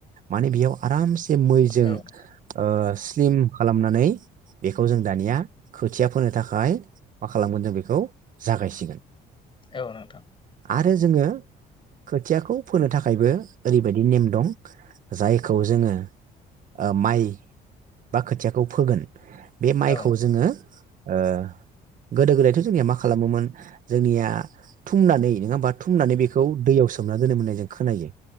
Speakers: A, on the right; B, on the left.
A: माने बेयाव आरामस से मैजों
B: औ नोंथां
A: ओ स्लिम खालामनानै बेखौ जों दानिया खोथिया फोनो थाखाय मा खालामगोन जों बेखौ जागायसिगोन।
B: औ नोंथां।
A: आरो जोङो खोथियाखौ फोनो थाखायबो ओरैबायदि नेम दं जायखौ जोङो ओ माइ बा खोथियाखौ फोगोन बे माइखौ
B: औ नोंथां
A: जोङो ओ गोदो गोदायथ' जोंनिया मा खालामोमोन जोंनिया थुमनानै नङा होमबा थुमनानै बेखौ दैयाव सोमना दोनोमोन होनाय जों खोनायो।